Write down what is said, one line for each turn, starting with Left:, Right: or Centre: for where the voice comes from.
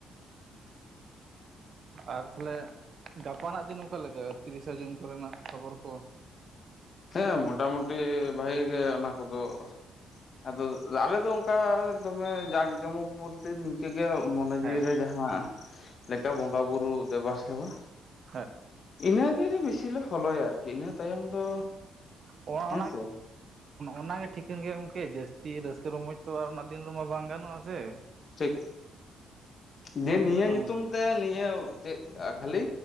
Right: ᱟᱨ ᱛᱟᱦᱚᱞᱮ ᱜᱟᱯᱟᱱᱟᱜ ᱫᱤᱱ ᱚᱠᱟᱞᱮᱠᱟ ᱛᱤᱨᱤᱥᱮ ᱡᱩᱱ ᱠᱚᱨᱮᱱᱟᱜ ᱠᱷᱚᱵᱚᱨ ᱠᱚ
Left: ᱦᱮᱸ ᱢᱚᱴᱟᱢᱩᱴᱤ ᱵᱷᱟᱜᱤ ᱜᱮ ᱚᱱᱟ ᱠᱚᱫᱚ ᱟᱫᱚ ᱟᱞᱮ ᱫᱚ ᱚᱱᱠᱟ ᱫᱚᱢᱮ ᱡᱟᱠ ᱡᱚᱢᱚᱠ ᱵᱚᱞᱛᱮ ᱱᱤᱝᱠᱟᱹᱜᱮ ᱢᱚᱱᱮ
Right: ᱦᱮᱸ
Left: ᱡᱤᱣᱤ ᱨᱮ ᱡᱟᱦᱟᱸ ᱞᱮᱠᱟ ᱵᱚᱸᱜᱟ ᱵᱩᱨᱩ ᱫᱮᱵᱟ ᱥᱮᱵᱟ
Right: ᱦᱮᱸ
Left: ᱤᱱᱟᱹᱜᱮ ᱵᱤᱥᱤ ᱞᱮ ᱯᱷᱚᱞᱳᱭᱟ ᱟᱨᱠᱤ ᱤᱱᱟᱹ ᱛᱟᱭᱚᱢ ᱫᱚ
Right: ᱚᱱᱟ
Left: ᱦᱮᱸᱥᱮ
Right: ᱚᱱᱟᱜᱮ ᱴᱷᱤᱠᱟᱹᱱ ᱜᱮ ᱜᱚᱝᱠᱮ ᱡᱟᱹᱥᱛᱤ ᱨᱟᱹᱥᱠᱟᱹ ᱨᱚᱢᱚᱡᱽ ᱛᱚ ᱫᱤᱱ ᱨᱮᱢᱟ ᱵᱟᱝ ᱜᱟᱱᱚᱜᱼᱟ ᱥᱮ
Left: ᱴᱷᱤᱠ
Right: ᱚᱱᱟ
Left: ᱡᱮ
Right: ᱫᱤᱱ
Left: ᱱᱤᱭᱟᱹ
Right: ᱨᱮᱫᱚ
Left: ᱧᱩᱛᱩᱢ ᱛᱮ ᱱᱤᱭᱟᱹ ᱪᱮᱫ ᱠᱷᱟᱹᱞᱤ